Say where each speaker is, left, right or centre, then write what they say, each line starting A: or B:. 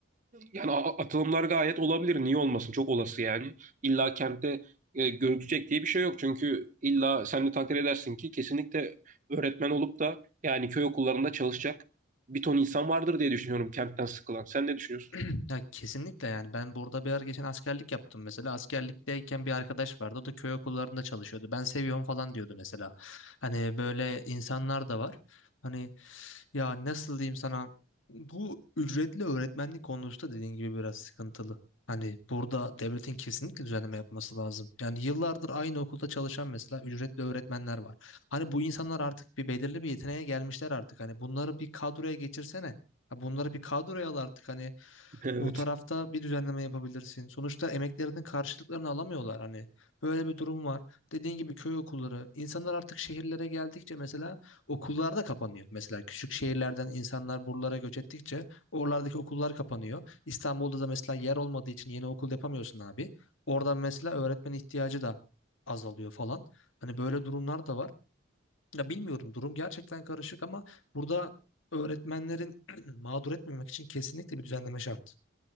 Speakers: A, on the right; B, on the left.
A: yani a- atılımlar gayet olabilir. Niye olmasın? Çok olası yani. İlla kentte e, gözükecek diye bir şey yok. Çünkü illa sen de takdir edersin ki kesinlikle öğretmen olup da yani köy okullarında çalışacak bir ton insan vardır diye düşünüyorum kentten sıkılan. Sen ne düşünüyorsun?
B: <clears throat> Ya kesinlikle yani ben burada bir ara geçen askerlik yaptım mesela askerlikteyken bir arkadaş vardı o da köy okullarında çalışıyordu ben seviyorum falan diyordu mesela hani böyle insanlar da var hani ya nasıl diyeyim sana bu ücretli öğretmenlik konusu da dediğin gibi biraz sıkıntılı hani burada devletin kesinlikle düzenleme yapması lazım yani yıllardır aynı okulda çalışan mesela ücretli öğretmenler var hani bu insanlar artık bir belirli bir yeteneğe gelmişler artık hani bunları bir kadroya geçirsene Ya Bunları bir kadroya al artık hani
A: <laughs> Evet.
B: bu tarafta bir düzenleme yapabilirsin. Sonuçta emeklerinin karşılıklarını alamıyorlar hani. Böyle bir durum var. Dediğin gibi köy okulları. İnsanlar artık şehirlere geldikçe mesela okullar da kapanıyor. Mesela küçük şehirlerden insanlar buralara göç ettikçe oralardaki okullar kapanıyor. İstanbul'da da mesela yer olmadığı için yeni okul yapamıyorsun abi. Oradan mesela öğretmen ihtiyacı da azalıyor falan. Hani böyle durumlar da var. Ya bilmiyorum durum gerçekten karışık ama burada öğretmenlerin <clears throat> mağdur etmemek için kesinlikle bir düzenleme şart.